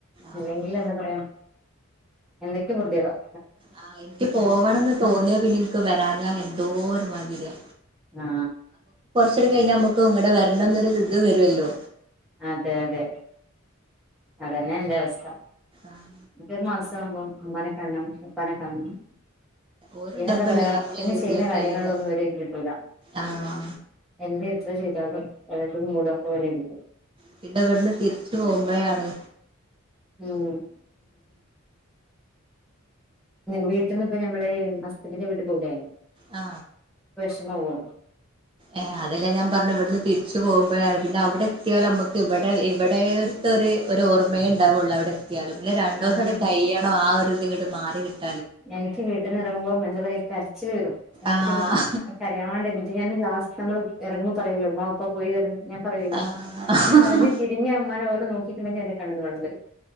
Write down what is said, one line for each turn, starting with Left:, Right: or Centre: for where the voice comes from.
Right: ആഹ്
Centre: അല്ലെങ്കിൽ എന്താ പറയ എന്തൊക്കെ പൊറുത്യേടാവും
Right: ആ എനിക്ക് പോവണംന്ന് തോന്നിയൽ പിന്നെ എനിക്ക് വരാഞ്ഞാ എന്തോ ഒരു മാതിര്യാ
Centre: അ ആ
Right: കുറച്ച് കഴിഞ്ഞാൽ നമുക്ക് ഇങ്ങട് വരണം എന്നൊരു ഇത് വരുല്ലോ.
Centre: അതെ അതെ അതന്നെ എന്റെ അവസ്ഥ.
Right: ആഹ്
Centre: നമുക്കൊരു മാസം ആവുമ്പോ ഉമ്മാനെ കാണണം ഉപ്പാനെ കാണണം.
Right: ഓരുള്ളപ്പല്ലേ
Centre: പിന്നെന്താ പറയാ
Right: നമ്മളെ
Centre: പിന്നെ
Right: വീട്ടിലൊക്കെ
Centre: ചെയ്യുന്ന കാര്യങ്ങളിലൊന്നും
Right: വരാ
Centre: ഒര് ഇത് കിട്ടൂല
Right: ആഹ്
Centre: എന്ത് ഇ- ചെയ്താലും അതായത് മൂഡ് ഓഫ് ആവും. അല്ലെങ്കില്
Right: പിന്നെ ഇവിടുന്ന് തിരിച്ചു പോകുമ്പോഴാണ്
Centre: ഉം വീട്ടിൽ നിന്നിപ്പൊ നമ്മള് ഹസ്ബൻ്റിൻ്റെ വീട്ടിൽ പോവൂലെ
Right: ആ
Centre: ഇന്ന് പോവോ
Right: ഏ അതെല്ലേ ഞാൻ പറഞ്ഞത് ഇവിടുന്ന് തിരിച്ചു പോകുമ്പോഴാണ് പിന്നെ അവിടെ എത്തിയാൽ നമ്മുക്ക് ഇവിടെ ഇവിടുത്തെ ഒരു ഓർമ്മയേ ഉണ്ടാവുള്ളൂ അവിടെ എത്തി- അവിടെ എത്തിയാലും പിന്നെ രണ്ടു
Centre: ആഹ്
Right: ദിവസം കൂടി കഴിയണം ആ ഒരു അതങ്ങട് മാറി കിട്ടാൻ
Centre: എനിക്ക് വീട്ടിൽ നിന്ന് ഇറങ്ങുമ്പോ എന്താ പറയുക കരച്ചിൽ വരും എന്നിട്ട്
Right: ആഹ്
Centre: കരയാൻ വേണ്ടി എന്നിട്ട് ഞാൻ ലാസ്റ്റ് നമ്മള് ഇറങ്ങുമ്പോ പറയൂല്ലോ ഉമ്മാ ഉപ്പാ പോയി വരും എന്ന് ഞാൻ പറയൂല
Right: ആഹ്
Centre: ഞാൻ പറഞ്ഞു തിരിഞ്ഞ് ഉമ്മാനെ ഒരു നോക്ക- നോക്കിണ്ടെങ്കിൽ എന്റെ കണ്ണിന്ന് വെള്ളം വരും